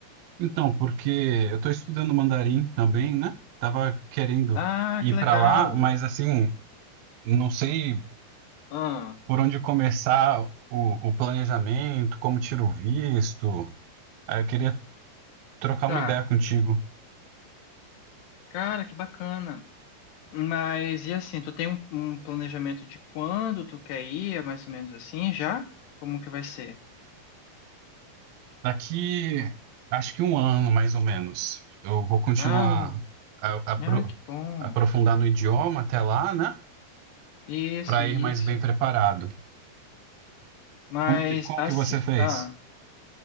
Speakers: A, on the right; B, on the left.
A: Então, porque eu tô estudando mandarim também, né? Tava querendo
B: Ah,
A: ir
B: que legal.
A: pra lá, mas assim, não sei
B: Ah,
A: por onde começar o, o planejamento, como tiro o visto. Aí eu queria trocar
B: tá.
A: uma ideia contigo.
B: Cara, que bacana. Mas e assim, tu tem um, um planejamento de quando tu quer ir, é mais ou menos assim, já? Como que vai ser?
A: Daqui,
B: Com-
A: acho que um ano mais ou menos, eu vou continuar
B: Ah, um-
A: a, a apro-
B: ah, que bom.
A: aprofundar no idioma até lá, né?
B: Isso,
A: Para
B: isso.
A: ir mais bem preparado.
B: Mas
A: Como que, como
B: assim,
A: que você fez?
B: ah,